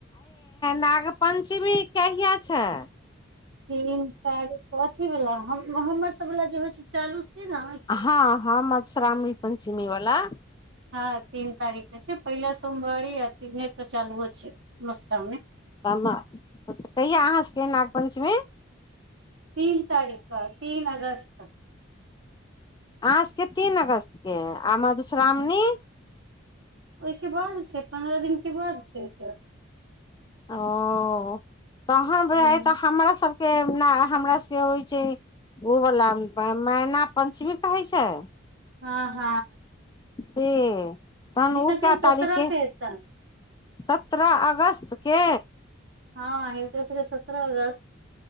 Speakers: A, on the left; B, on the right.
A: नाग पञ्चमी कहिआ छै
B: तीन तारीख अथी वला हमर सभ वला जे होइ छै चालू सिद्ध
A: ह ह मधश्रामी पञ्चमी वलाा
B: ह तीन तारखे छै पहिला सोमवारी आ तीने चालू छै मश्रावने
A: तब कहिया अहाँ सभके नागपञ्चमे
B: तीन तारीख तीन अगस्त।
A: आज के ती अगस्तट के आ मधुश्रामणी
B: ओहिके बाद छै पंह दिन के बाद छै ओकेाद
A: ओ तहन
B: हूँ
A: तऽ हमरा सभ हमरा सभ होइ छै ओवला मैना पञ्चमी कहै छै।
B: ह ह
A: से तहन ओ
B: सबके
A: कै तारीख
B: सत्रह
A: के
B: हेतनि
A: सत्रह अगस्त के
B: ह इटस सत्ररे